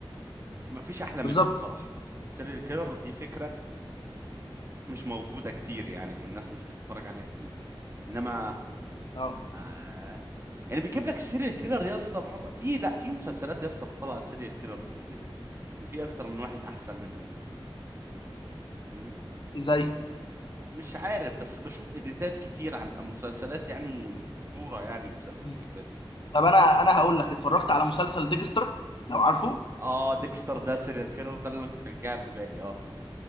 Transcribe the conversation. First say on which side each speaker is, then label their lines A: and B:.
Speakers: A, on the right; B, on the left.
A: ما فيش احلى
B: بالظبط
A: منه بصراحة السيريال كيلر دي فكرة مش موجودة كتير يعني والناس مش بتتفرج عليها كتير انما
B: اه
A: آه، يعني بيجيب لك السيريال كيلر يا اسطى معظم في لا في مسلسلات يا اسطى بتطلع السيريال كيلرز حلوين قوي ان في اكتر من واحد احسن منه كمان يعني فاهمني
B: زي
A: مش عارف بس بشوف اديتات كتير عن مسلسلات يعني مفجوره يعني بسبب
B: مم.
A: الفكره دي
B: طب انا
A: فاهمني
B: انا هقول لك اتفرجت على مسلسل ديكستر لو عارفه
A: اه ديكستر ده سيريال كيلر ده اللي انا كنت جايبها في بالي اه